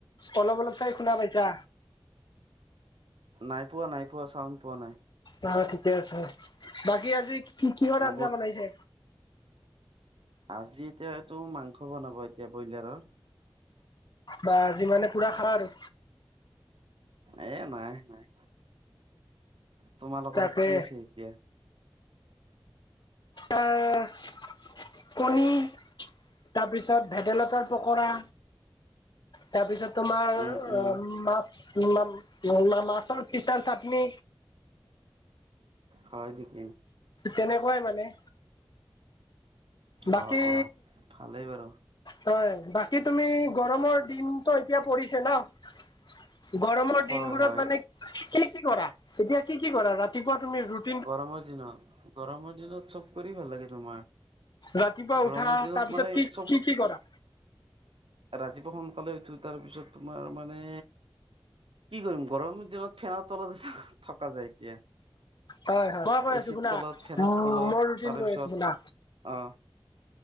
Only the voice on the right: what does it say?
নাই পোৱা নাই পোৱা চাউণ্ড পোৱা নাই।
নাবোৰ
আজি এতিয়া এইটো মাংস বনাব এতিয়া ব্ৰইলাৰৰ
এ নাই নাই, তোমালোকৰ
কি আছে এতিয়া?
উম উম
হয় নিকি।
অ অ। ভালেই বাৰু।
হয়
হয়
গৰমৰ দিনত গৰমৰ দিনত চব কৰি ভাল লাগে তোমাৰ।
গৰমৰ
দিনত
মানে
চব।
ৰাতিপুৱা সোনকালে উঠো তাৰপিছত তোমাৰ মানে কি কৰিম গৰমৰ দিনত ফেনৰ তলত থকা যায় এতিয়া।
এচি
তলত, ফেনত তলত,
তাৰেপিছত
অ।